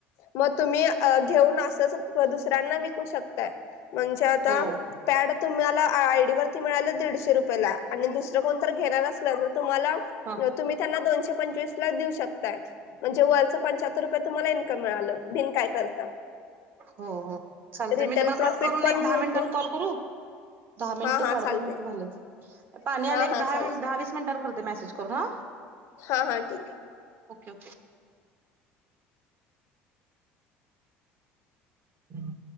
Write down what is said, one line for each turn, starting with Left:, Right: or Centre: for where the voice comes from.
Left: म तुम्ही घेऊन आसंच दुसऱ्यांना विकू शकताय. म्हणजे आता
Right: हो.
Left: पॅड तुम्हाला आयडी वरती मिळाले दि दीडशे रूपयला आणि दुसरं कोण तर घेणार असलं तर तुम्हाला
Right: ह
Left: तुम्ही त्यांना दोनशे पंचवीस ला देऊ शकताय. म्हणजे वरचं पंच्यात्तर रुपय तुम्हाला इन्कम मिळालं. बिन काय करता?
Right: हो हो. चालतंय.
Left: रिटेल
Right: मी तुम्हाला
Left: प्रॉफिट
Right: कट करून
Left: पण
Right: एक दहा
Left: मिळते
Right: मिंटानं कॉल करू? दहा मिंटं,
Left: हा हा
Right: साडे
Left: चालते.
Right: दहा मींटं झालेत. पाणी
Left: हा
Right: आलंय, एक
Left: हा
Right: दहा
Left: चालेल
Right: मिन दहा वीस मींटांन करते मॅसेज करून हा..
Left: हा हा ठीक आहे.
Right: ओके. हम्म.